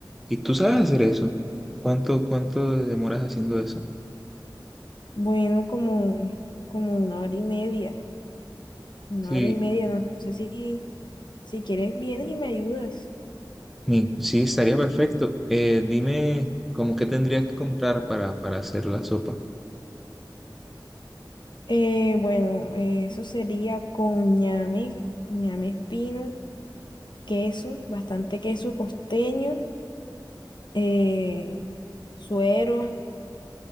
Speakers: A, in the centre; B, on the left.
A: ¿Y tú sabes hacer eso? ¿Cuánto, cuánto demoras haciendo eso?
B: Bueno, como, como una hora y media, una
A: Sí,
B: hora y media, no sé si, si quieres vienes y me ayudas.
A: mi- sí, estaría perfecto. Eh, dime, ¿cómo qué tendrías que comprar para, para hacer la sopa?
B: Eh, bueno, eh, eso sería con ñame, ñame espino, queso, bastante queso costeño, eh, suero.